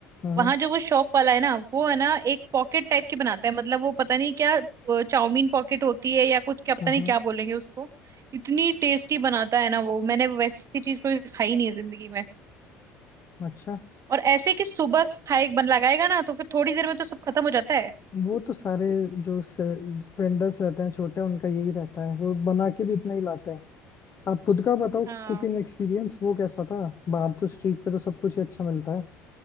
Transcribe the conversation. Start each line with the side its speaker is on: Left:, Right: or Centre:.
Left: हम्म
Right: वहां जो वो शॉप वाला है ना वो है ना एक पॉकेट टाइप की बनाता है मतलब वो पता नहीं क्या अ, चाउमीन पॉकेट होती है या कुछ क्या पता
Left: हम्म
Right: नहीं
Left: हम्म,
Right: क्या बोलेंगे उसको इतनी टेस्टी बनाता है ना वो मैंने वैसी चीज कभी खाई नहीं है जिंदगी
Left: अच्छा
Right: और ऐसे कि सुबह खाए बन लगाएगा ना तो फिर थोड़ी देर में तो सब खत्म हो जाता है
Left: वो तो सारे जो वेंडर्स रहते हैं छोटे उनका यही रहता है वो बना के भी इतना ही लाते हैं आप खुद का बताओ
Right: हाँ
Left: कुकिंग एक्सपीरियंस वो कैसा था बाहर तो स्ट्रीट पे तो सब कुछ ही अच्छा मिलता है